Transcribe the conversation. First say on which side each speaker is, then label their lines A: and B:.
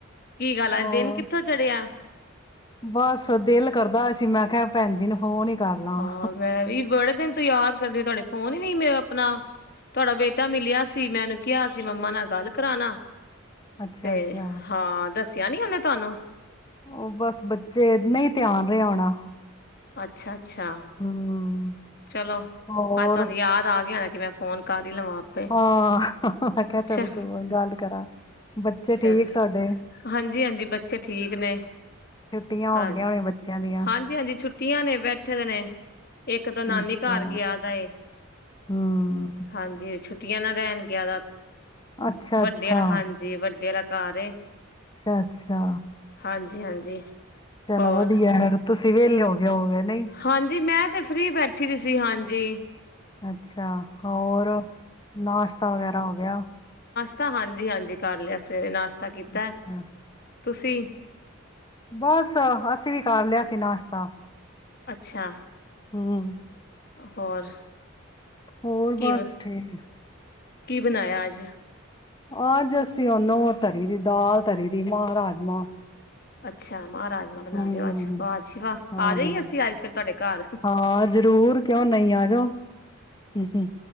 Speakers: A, on the left; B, on the left.
A: ਕੀ ਗੱਲ
B: ਹੋਰ
A: ਅਜ ਦਿਨ ਕਿੱਥੋਂ ਚੜ੍ਹਿਆ?
B: ਬਸ ਦਿਲ ਕਰਦਾ ਅਹਾ ਸੀ, ਮੈਂ ਕਿਹਾ ਭੈਣ ਜੀ ਨੂੰ ਫੋਨ ਹੀ ਕਰ ਲਾਂ।
A: ਹਾਂ ਮੈਂ ਵੀ ਬੜੇ ਦਿਨ ਤੋਂ ਯਾਦ ਕਰਦੀ, ਤੁਹਾਡੇ ਫੋਨ ਹੀ ਨੀ ਮੈਂ ਆਪਣਾ, ਤੁਹਾਡਾ ਬੇਟਾ ਮਿਲਿਆ ਸੀ, ਮੈ ਓਹਨੂੰ ਕਿਹਾ ਸੀ ਮੰਮਾ ਨਾਲ ਗੱਲ ਕਰਾਣਾ
B: ਅੱਛਾ
A: ਤੇ
B: ਅੱਛਾ
A: ਹਾਂ ਦੱਸਿਆ ਨੀ ਉਹਨੇ ਤੁਹਾਨੂੰ
B: ਉਹ ਬਸ ਬੱਚੇ, ਨਹੀਂ ਧਿਆਨ ਰਿਹਾ ਹੋਣਾ। <inaudible>
A: ਅੱਛਾ ਅੱਛਾ,
B: ਹਮ
A: ਚਲੋ
B: ਹੋਰ
A: ਅੱਜ ਤੁਹਾਨੂੰ ਯਾਦ ਆ ਗਿਆ ਕੀ ਮੈਂ ਫੋਨ ਕਰ ਕਰ ਹੀ ਲਮਾ ਆਪੇ
B: ਹਾਂ ਮੈਂ ਕਿਹਾ ਚੱਲ
A: ਅੱਛਾ,
B: ਗ- ਗੱਲ ਕਰਾਂ ਬੱਚੇ ਠੀਕ
A: ਚਲ
B: ਤੁਹਾਡੇ
A: ਹਾਂਜੀ ਹਾਂਜੀ ਬੱਚੇ ਠੀਕ ਨੇ
B: ਛੁੱਟੀਆਂ ਹੋ
A: ਹਾਂਜੀ
B: ਗਈਆਂ ਹੋਣੀਆਂ ਬੱਚਿਆਂ ਦੀਆਂ
A: ਹਾਂਜੀ ਹਾਂਜੀ ਛੁੱਟੀਆਂ ਨੇ ਬੈਠੇ ਦੇ ਨੇ ਇੱਕ ਤਾਂ ਨਾਨੀ
B: ਅੱਛਾ
A: ਘਰ ਗਿਆ ਦਾਏ
B: ਹਮ
A: ਹਾਂਜੀ ਛੋਟੀਆਂ ਨਾ ਰਹਿਣ ਗਿਆ <unintelligible>
B: ਅੱਛਾ
A: ਵੱਡੇ
B: ਅੱਛਾ
A: ਵਾਲਾ ਹਾਂਜੀ ਵੱਡੇ ਵਾਲਾ ਘਰ ਏ।
B: ਅੱਛਾ ਅੱਛਾ,
A: ਹਾਂਜੀ ਹਾਂਜੀ,
B: ਚਲੋ
A: ਹੋਰ
B: ਵਧੀਆ <unintelligible> ਤੁਸੀਂ ਵੇਹਲੇ ਹੋ। ਗਏ ਹੋਗੇ ਨਹੀਂ
A: ਹਾਂਜੀ, ਮੈਂ ਤੇ ਫ੍ਰਰੀ ਬੈਠੀ ਦੀ ਸੀ ਹਾਂਜੀ ਜੀ
B: ਅੱਛਾ, ਹੋਰ ਨਾਸ਼ਤਾ ਵਗੈਰਾ ਹੋ ਗਿਆ।
A: ਤਾਂ ਹਾਂਜੀ ਹਾਂਜੀ ਕਰ ਲਿਆ ਸਵੇਰੇ ਨਾਸ਼ਤਾ। ਕੀਤਾ
B: ਅੱਛਾ
A: ਤੁਸੀਂ
B: ਬਸ ਅਸੀਂ ਵੀ ਕਰ ਲਿਆ ਸੀ ਨਾਸ਼ਤਾ
A: ਅੱਛਾ,
B: ਹਾਂ।
A: ਹੋਰ,
B: ਹੋਰ
A: ਕੀ
B: ਬਸ ਠੀਕ
A: ਕੀ ਬਣਾਇਆ ਅੱਜ?
B: ਅੱਜ ਅਸੀਂ ਓਨੂੰ ਤਰੀ ਦੀ ਦਾਲ ਤਰੀ ਦੀ ਮਾਂਹ ਰਾਜਮਾਂ।
A: ਅੱਛਾ, ਮਾਹ ਰਾਜਮਾ ਬਣਾ
B: ਹੂੰ
A: ਰਹਿਓ ਅੱਜ ਵਾਹ ਜੀ ਵਾਹ
B: ਹਾਂ
A: ਆ ਜਾਈ ਅਸੀਂ ਅੱਜ ਫੇਰ ਤੁਹਾਡੇ ਘਰ
B: ਹਾਂ ਜ਼ਰੂਰ ਕਿਉਂ ਨਹੀਂ ਆਜੋ ਹੂੰ ਹੂੰ